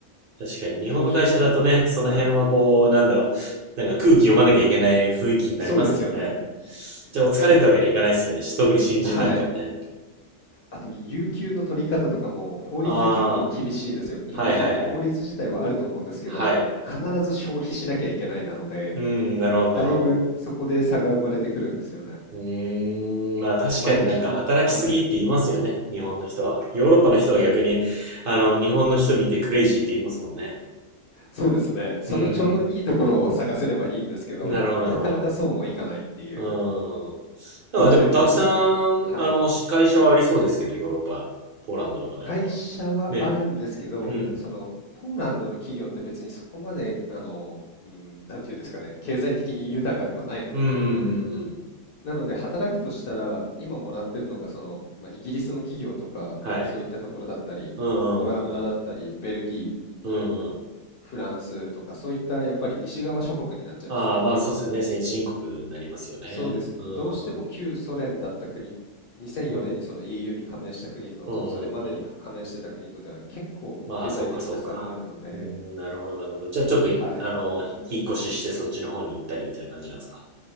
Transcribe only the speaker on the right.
確かに日本の会社だとね、
その辺はこう、
なんだろう。なんか空気読まなきゃいけない雰囲気になりますからね。
じゃあお疲れってわけにはいかないですよね。
特に新人なんかもね。
ああ。
はいはいはい。はい。
うーん、なるほどなるほど。
うーん、まあ確かになんか働きすぎって言いますよね、
日本の人は。ヨーロッパの人は逆に、あの、日本の人見てクレイジーって言いますもんね。
うんうん。なるほどなるほど。
うん。だからでもたくさん、
あの、会社はありそうですけど、ヨーロッパ、ポーランドとかであれば。
ね。うん。
うんうんうんうん。
はい。
うんうんうんうん。
うんうん。
ああ、まあそうですよね。先進国になりますよね。
う
ん。
うん。
うんうんうん。
まあ、そうかそうか。うん、なるほどなるほど。じゃあちょっとい、
あの、ひ引っ越ししてそっちの方に行ったりみたいな感じなんですか。